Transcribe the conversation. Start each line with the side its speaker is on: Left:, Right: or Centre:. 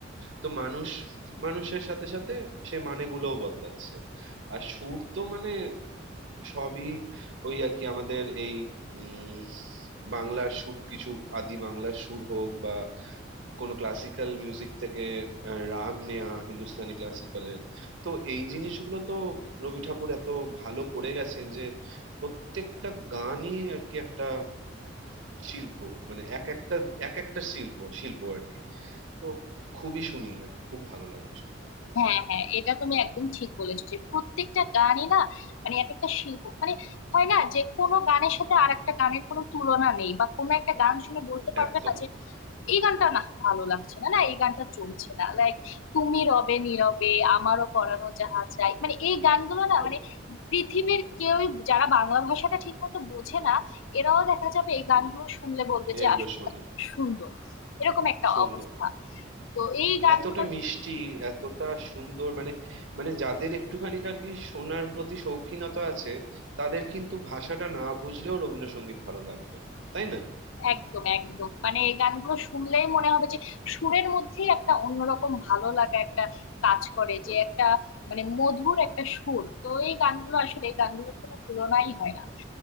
Right: তো মানুষ মানুষের সাথে সাথে সে মানেগুলোও বদলাচ্ছে আর সুর তো মানে সবই ওই আর কি আমাদের এই উম বাংলার সুর কিছু আদি বাংলার সুর হোক বা কোনো ক্লাসিক্যাল মিউজিক থেকে আহ, রাগ নেয়া হিন্দুস্তানি ক্লাসিক্যালের তো এই জিনিসগুলো তো রবি ঠাকুর এত ভালো করে গেছেন যে প্রত্যেকটা গানই আর কি একটা শিল্প মানে এক একটা এক একটা শিল্প শিল্প আর কি তো খুবই শুনি আর কি খুব ভালো লাগে শুনতে
Left: হ্যাঁ হ্যাঁ এটা তুমি একদম ঠিক বলেছো যে প্রত্যেকটা গানই না মানে এক একটা শিল্প মানে হয় না যে কোনো গানের সাথে আর একটা গানের কোনো তুলনা নেই বা কোনো একটা গান শুনে বলতে পারবে
Right: একদম
Left: না যে এই গানটা না ভালো লাগছে না না এই গানটা চলছে না লাইক তুমি রবে নীরবে আমারও পরানো যাহা চাই মানে এই গানগুলো না
Right: সত্যি
Left: মানে পৃথিবীর কেউই যারা বাংলা ভাষাটা ঠিক মতো বোঝে না এরাও দেখা যাবে এই
Right: হম
Left: গানগুলো শুনলে বলবে যে
Right: এগুলো
Left: আসলে
Right: শোনো
Left: সুন্দর এরকম একটা
Right: সুন্দর
Left: অবস্থা তো এই গানগুলোর
Right: এতটা মিষ্টি এতটা সুন্দর মানে মানে যাদের একটুখানি আর কি শোনার প্রতি শৌখিনতা আছে তাদের কিন্তু ভাষাটা না বুঝলেও রবীন্দ্রসঙ্গীত ভালো লাগবে তাই না
Left: একদম একদম মানে এই গানগুলো শুনলেই মনে হবে যে সুরের মধ্যেই একটা অন্যরকম ভালো লাগা একটা কাজ করে
Right: সত-
Left: যে একটা মানে মধুর একটা সুর তো এই গানগুলো আসলে এই গানগুলোর কোনো তুলনাই হয় না